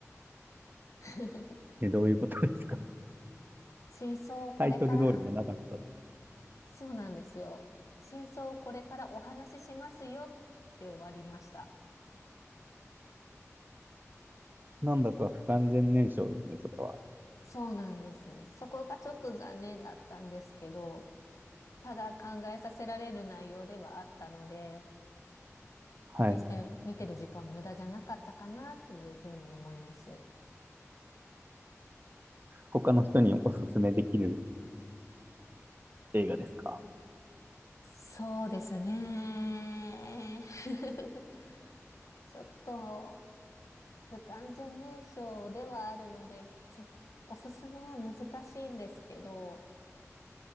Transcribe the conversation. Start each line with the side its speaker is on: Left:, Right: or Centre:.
Left: <laughs>
Right: え、どういうことですか
Left: 真相をこれから
Right: <laughs> タイトル通りじゃなかった。
Left: そうなんですよ。真相をこれからお話ししますよって終わりました。
Right: なんだか不完全燃焼ですね、それは。
Left: そうなんです。そこがちょっと残念だったんですけど、ただ考えさせられる内容ではあったので、
Right: はい。
Left: 決して見てる時間は無駄じゃなかったかなっていうふうに思います。
Right: 他の人におすすめできる映画ですか
Left: そうですね。<laughs> ちょっと不完全燃焼ではあるので、すおすすめは難しいんですけど、